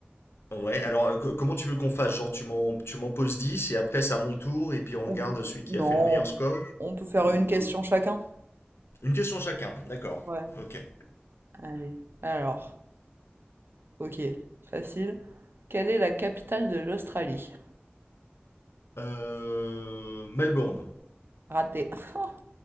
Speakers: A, on the left; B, on the right.
A: Ouais, alors euh, co- comment tu veux qu'on fasse? Genre tu m'en tu m'en poses 10 et après c'est à mon tour et puis on regarde
B: On peut-
A: celui qui
B: Non,
A: a fait le meilleur score
B: on peut faire
A: ou
B: une question
A: euh,
B: chacun.
A: une question chacun, d'accord.
B: Ouais,
A: OK.
B: allez. Alors, ok, facile. Quelle est la capitale de l'Australie?
A: Euh... Melbourne.
B: Raté. <laughs>